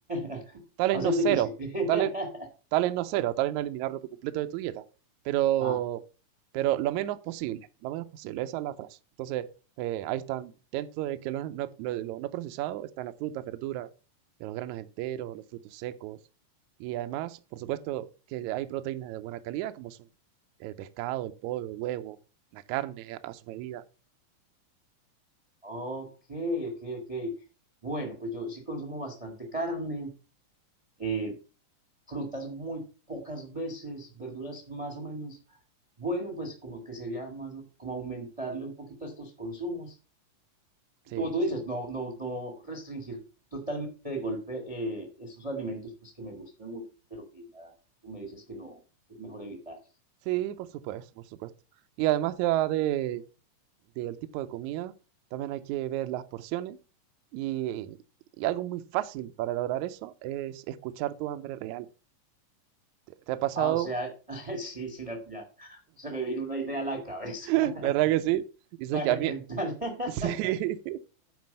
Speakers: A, on the right (about 20°); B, on the right (about 75°).
A: <laughs>
B: Tal es
A: va a
B: no
A: ser
B: cero,
A: difícil.
B: tal
A: <laughs>
B: es, tal es no cero, tal es no eliminarlo por completo de tu dieta, pero,
A: Ah.
B: pero lo menos posible, lo menos posible, esa es la frase. Entonces, eh, ahí están, dentro de que lo no, lo- lo no procesado están las frutas, verduras, eh, los granos enteros, los frutos secos. Y además, por supuesto, que hay proteínas de buena calidad, como son el pescado, el pollo, el huevo, la carne a a su medida.
A: Ok, ok, ok. Bueno, pues yo sí consumo bastante carne, eh, frutas muy pocas veces, verduras más o menos. Bueno, pues como que sería más, o- como aumentarle un poquito a estos consumos. Y
B: Sí,
A: como tú
B: sí,
A: dices, no, no, no restringir totalmente de golpe eh, estos alimentos pues que me gustan mucho, pero que ya tú me dices que no, es mejor evitar.
B: sí, por supuesto, por supuesto. Y además ya de, del tipo de comida, también hay que ver las porciones. Y, y algo muy fácil para lograr eso es escuchar tu hambre real. ¿Te, te ha pasado?
A: Ah, o sea, <laughs> sí, sí, la- ya se me vino una idea a la cabeza,
B: <laughs>
A: <laughs>
B: ¿Verdad que sí? Dices
A: imagen
B: que a mí,
A: mental.
B: <laughs>
A: <laughs>
B: sí,